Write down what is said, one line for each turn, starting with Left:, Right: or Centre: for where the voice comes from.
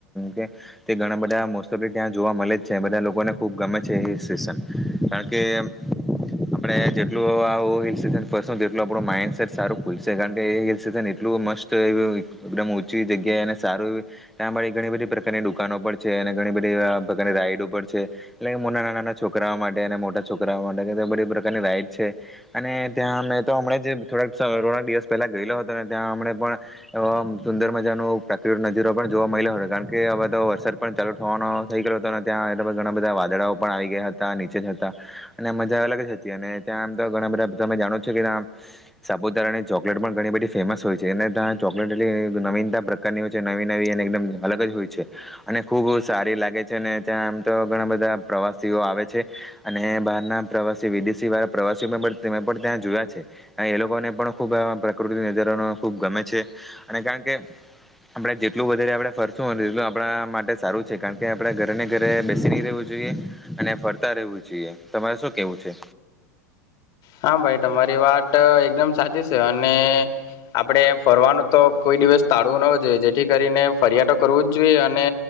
Centre: છે તે ઘણા બધા મો ઓફ ત્યાં જોવા મળે જ છે બધા લોકોને બ ગમે હિલ સ્ટેશન કારણ કે આપણે જેટલું હિલ સ્ટેશન ફસ તેટલું આપણું માઇન્ડસેટ સારું ખુલશે કારણ કે એ હિલ સ્ટેશન એટલું મસ્ત એ એકદમ છી જગ્યા સારું એ ત્યાં ઘણી બધી પ્રકારની દુકાનો પણ છે અને ઘણી બધી પ્રકારની રાઈડ પર છે એટલે કે નાના નાના છોકરાઓ માટે અને મોટા છોકરાઓ માટે કે બધી પ્રકારની રાઈડ છે અને ત્યાં મેં તો હમ જે થોડાક થોડાક દિવસ પહેલા ગયેલો હતો ને ત્યાં હમણે પણ સુંદર મજાનો પ્રાકૃ નજરો પણ જોવા મળ્યો હતો કારણ કે હવે તો વરસાદ પણ ચાલુ થવાનો થઈ ગયો હતો ત્યાં એટ ઘણા બધા દડા પણ આવી ગયા હતા નીચે જ હતા અને મજા અલગ જ હતી અને ત્યાં આમ તો ઘણા બધા તમે જાણો છો કે ત્યાં સાપુતારાની ચોકલેટ પણ ઘણી બધી ફેમસ હોય છે અને ત્યાં ચોકલેટ એટલી નવીનતા પ્રકારની હોય છે નવી નવી અને એકદમ અલગ જ હોય છે અને ખૂબ સારી લાગે છે અને ત્યાં આમ તો ઘણા બધા પ્રવાસીઓ આવે છે અને બહારના પ્રવાસી વિદેશી વાળા પ્રવાસીઓ પણ ત્યાં જોયા છે એ લોકોને પણ ખૂબ પ્રકૃતિ નજાર ખૂબ ગમે છે અને કારણ કે આપણે જેટલું વધારે આપણે ફરશું હો એટલું આપણા માટે સારું છે કારણ કે આપણે ઘરે ને ઘરે બેસી રહ્યું છે અને ફરતા રહેવું જોઈએ તમારે શું કેવું છે
Left: હા ભાઈ તમારી વાત એકદમ સાચી છે અને આપડે ફરવાનું તો કોઈ દિવસ ટાળવું ન જોઈએ જેથી કરીને ફરિયા તોો કરવું જ જોઈએ અને